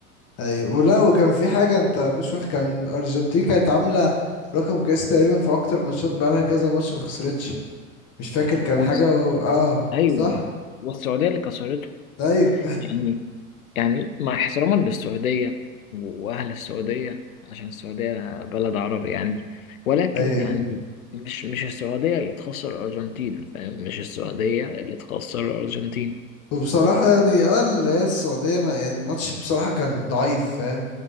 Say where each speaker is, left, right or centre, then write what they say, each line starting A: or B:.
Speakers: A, on the left; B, on the left.
A: ايوه ولا وكان في حاجة انت كنتش واخد كان ارجنتين كانت عاملة رقم قياسي تقريبا في اكتر ماتشات بقالها كذا ماتش ما خسرتش مش فاكر كان
B: وس-
A: حاجة و... اه
B: أيوه
A: صح
B: والسعودية اللي كسرته
A: ايوه
B: يعني يعني مع احتراما للسعودية وأهل السعودية عشان السعودية بلد عربي يعني ولكن
A: <laughs> ايوه
B: يعني مش مش السعودية اللي تخسر الأرجنتين فاهم مش السعودية اللي تخسر الأرجنتين
A: وبصراحة يعني اه اللي هي السعودية ما يعني الماتش بصراحة كان ضعيف فاهم